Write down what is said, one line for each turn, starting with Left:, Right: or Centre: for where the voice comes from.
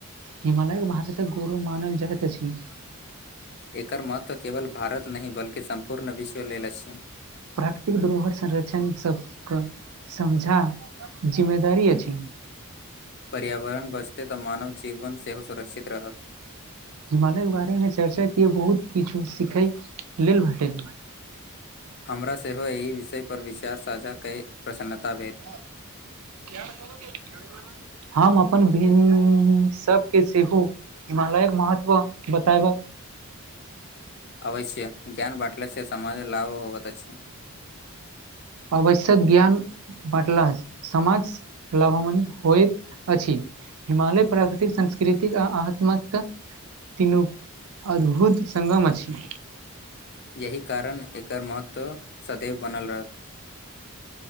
Right: हिमालय के भारतक गौरव मानल जाइत अछि।
Left: एकर महत्व केवल भारत नहि बल्कि सम्पूर्ण विश्व लेल अछि।
Right: प्राकृतिक धरोहर संरक्षण सबके समझा जिम्मेदारी अछि।
Left: पर्यावरण बचतै तऽ मानव जीवन सेहो सुरक्षित रहत।
Right: हिमालय के बारे मे चर्चा के बहुत किछु सिखे लेल भेटल।
Left: हमरा सेहो एहि विषयपर विचार साझा कई प्रसन्नता भेल।
Right: <unintelligible> हम अपन भिन्न सबके सेहो हिमालयक महत्व बतायब
Left: अवश्य ज्ञान बाँटलासे समाज लाभ होबत अछि।
Right: आवश्यक ज्ञान बटला समाज लाभवानवित्त होयत अछि। हिमालय प्राकृतिक संंस्कृतिक आ आत्मत तीनू अद्भुत सङगम अछि।
Left: यही कारण एकर महत्व सदैव बनल रहत।